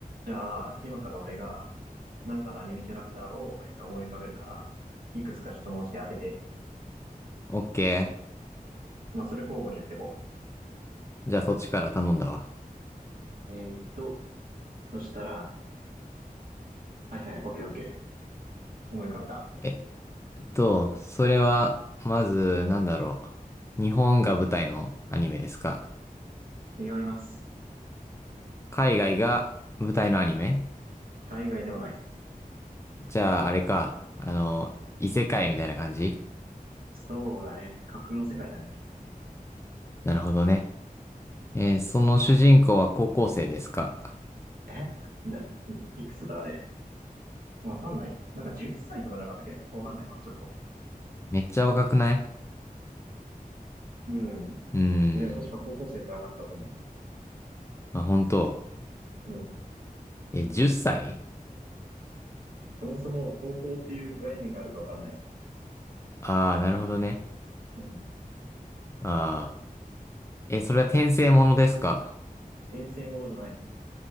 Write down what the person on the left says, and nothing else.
オッケ
ー。じゃあそっちから頼んだわ。
えっと、それは、まず、なんだろう。日本が舞台のアニメですか
海外が舞台のアニメ
じゃあ、あれか。あの、異世界みたいな感じ
なるほどね。えーその主人公は高校生ですか
めっちゃ若くない
うー
ん。まあ、本当。
え、10歳
ああー、なるほどね。
ああ。え、それは転生ものですか